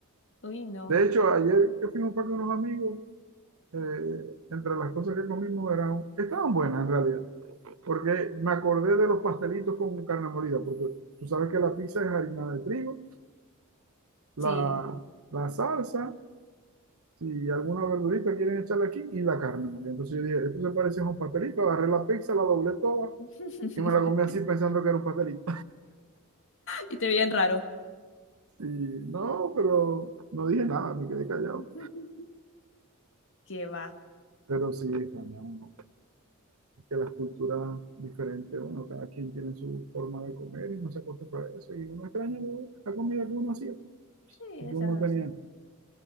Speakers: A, on the left; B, on the right.
A: Uy, no.
B: De hecho, ayer que fuimos para con unos amigos, eh, entre las cosas que comimos eran, estaban buenas en realidad, porque me acordé de los pastelitos con carne molida, porque tú sabes que la pizza es harina de trigo, la,
A: Sí.
B: la salsa, si alguna verdurita quieren echarle aquí, y la carne molida. Entonces yo dije, esto se parece a un pastelito, agarré la pizza, la doblé toda
A: <laughs>
B: y me la comí así pensando que era un pastelito.
A: Y te veían raro.
B: Y no, pero no dije nada, me quedé callado.
A: <laughs> ¿Qué va?
B: Pero sí, extraña uno que las culturas diferentes, bueno, cada quien tiene su forma de comer y no se acostumbra a eso. Y uno extraña lo- la comida que uno hacía,
A: Sí, eso
B: que uno
A: es así.
B: no tenía.